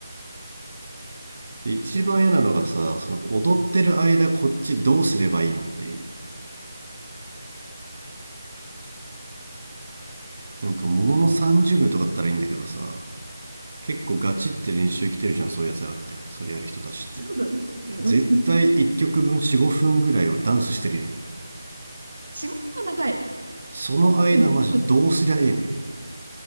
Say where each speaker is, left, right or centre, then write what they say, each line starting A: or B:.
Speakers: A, on the right; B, on the right.
A: で一番嫌なのがさその踊ってる間こっちどうすればいいのっていうなんかものの30秒とかだったらいいんだけどさ結構ガチって練習来てるじゃん、そういうやつらって。それやる人たちって。
B: うだね。うん。
A: 絶対1曲分4、5分ぐらいはダンスしてるやん。
B: 仕事は長い。
A: その間マジどうすりゃええね
B: うん